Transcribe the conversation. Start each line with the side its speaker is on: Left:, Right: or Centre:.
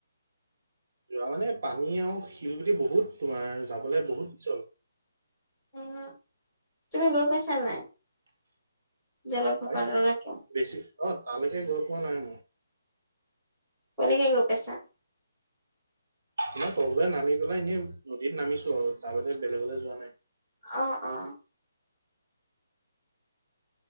Right: যোৱা মানে পানী আৰু শিলগুটি বহুত তোমাৰ যাবলে বহুত পিছল।
Centre: <unintelligible> তুমি গৈ পাইছা নে নাই? জলপ্ৰপাতলৈকে
Right: পাইছো বেছি অ তালৈকে গৈ পোৱা নাই মই।
Centre: কলৈকে গৈ পাইছা?
Right: তোমাৰ তললৈ নামি পেলাই এনে নদীত নামিছো আৰু তাৰ বাদে বেলেগলৈ যোৱা নাই।
Centre: অ, অ।